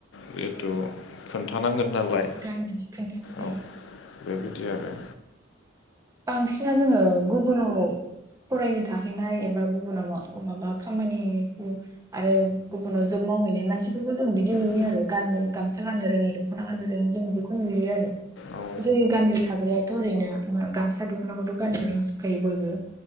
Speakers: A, on the left; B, on the right.
A: जिहेथु खोन्थानांगोन नालाय
B: गाननानै खोन्थानो हायो
A: औ बेबायदि आरो।
B: बांसिना जोङो गुबुनाव फरायनो थाहैनाय एबा गुबुनाव माबा खामानिखौ आरो गुबुनाव जब मावहैनाय मानसि बेखौ जों बिदि नुयो
A: जों
B: आरो गाननो गामसा गाननो रोङि दख'ना गाननो रोङि जों बेखौ नुयो आरो।
A: आरो
B: जोंनि गामियाव थाग्रायाथ' ओरैनो गामसा दख'नाखौथ' गाननो रोंजोबखायो बयबो।